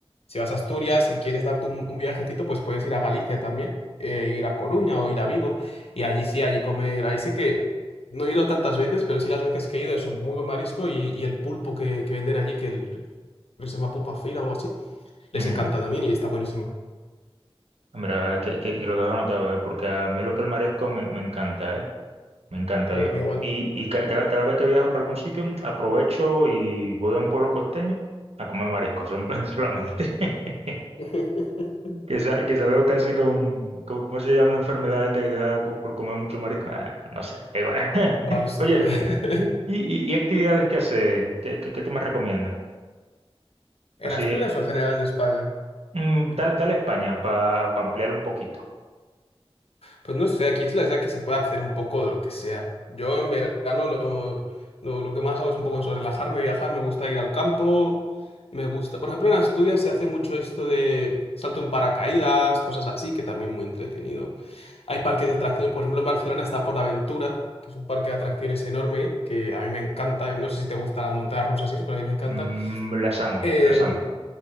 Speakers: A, on the left; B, on the right.
A: Si vas a Asturias y quieres darte un, un viajecito, pues puedes ir a Galicia también, eh, ir a Coruña o ir a Vigo. Y allí sí, allí comer. Ahí sí que no he ido tantas veces, pero sí las veces que he ido, eso, muy buen marisco y, y el pulpo que, que venden allí, que el- creo que se llama pulpa feira o algo así, les
B: Ujú.
A: encanta también y está buenísimo.
B: Ah, Mira, que, que, que lo dejo anotado, ¿eh? Porque a mí lo que el marisco me, me encanta, ¿eh? Me encanta,
A: Mm,
B: viejo.
A: A mí igual.
B: Y, y ca- cada, cada vez que viajo para algún sitio, aprovecho y voy a un pueblo costeño a comer marisco, son- <laughs> solamente. <laughs>
A: <laughs>
B: Que, sa- que salgo casi con, con- ¿cómo se llama la enfermedad esta que te da co- por comer mucho marisco? Ah, no sé, da igual. <laughs>
A: Va, no sé,
B: Oye,
A: pero...
B: ¿y,
A: <laughs>
B: y- y actividades que hace? ¿Qué, qué, qué tú me recomiendas?
A: ¿En
B: Así,
A: Asturias o en general en España?
B: mm, dale, dale a España para ampliar un poquito.
A: Pues no sé, aquí es la edad que se puede hacer un poco de lo que sea. Yo en verano lo, lo, lo que más hago es un poco eso, relajarme, viajar, me gusta ir al campo, me gusta. Por ejemplo, en Asturias se hace mucho esto de salto en paracaídas, cosas así, que también muy entretenido. Hay parques de atracciones, por ejemplo, en Barcelona está Aventura, que es un parque de atracciones enorme, que a mí me encanta, y no sé si te gustan las montañas rusas y eso, pero a mí me encantan.
B: Mm, las amo,
A: Em,
B: las amo.